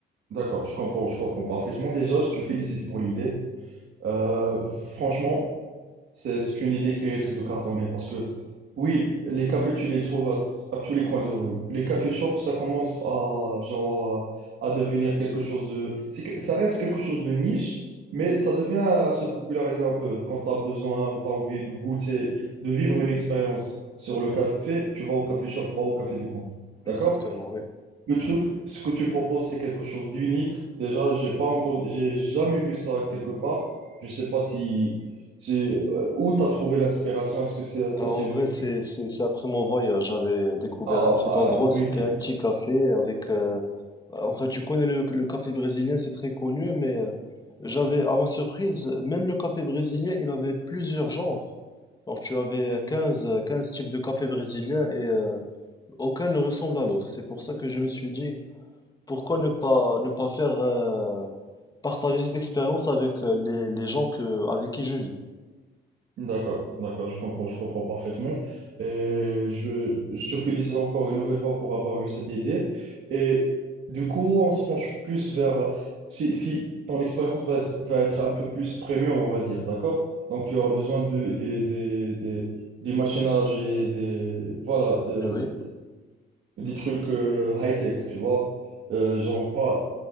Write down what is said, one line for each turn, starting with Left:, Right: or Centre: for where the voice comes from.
Right: D'accord, je comprends, je comprends parfaitement. Déjà, je te félicite pour l'idée. Euh, franchement, C'est c'est une idée qui risque de cartonner parce que, oui, les cafés, tu les trouves à, à tous les coins de rue. Les cafés shops, ça commence à, genre, à, à devenir quelque chose de... c'est que- ça reste quelque chose de niche, mais ça devient à se populariser un peu. Quand tu as besoin, tu as envie de goûter, de vivre une expérience sur le café, tu vas au café shop, pas au café du coin. D'accord?
Left: Exactement, oui.
Right: Le truc, ce que tu proposes, c'est quelque chose d'unique. Déjà, j'ai pas entendu, j'ai jamais vu ça quelque part. Je sais pas si, si euh, où tu as trouvé l'inspiration. Est-ce que c'est-
Left: Non,
Right: ça
Left: En
Right: t'est vu
Left: vrai, c'est c'est- c'est après mon voyage, j'avais découvert
Right: à-
Left: un petit endroit,
Right: à- au Brésil?
Left: c'était un petit café avec... euh, en fait, tu connais le, le café brésilien, c'est très connu, mais euh, j'avais, à ma surprise, même le café brésilien, il avait plusieurs genres. Alors, tu avais 15 euh, 15 types de café brésilien et... euh, Aucun ne ressemble à l'autre. C'est pour ça que je me suis dit, pourquoi ne pas, ne pas faire euh, partager cette expérience avec euh, les, les gens que, avec qui je vis.
Right: D'accord, d'accord, je comprends, je comprends parfaitement. Et je, je te félicite encore une nouvelle fois pour avoir eu cette idée. Et du coup, on se penche plus vers... Si, si ton expérience va être, va être un peu plus premium, on va dire, d'accord? Donc, tu auras besoin de, des des des des machinages et des, voilà, de,
Left: Eh Oui,
Right: des trucs euh, high-tech, tu vois? Euh, genre, pas...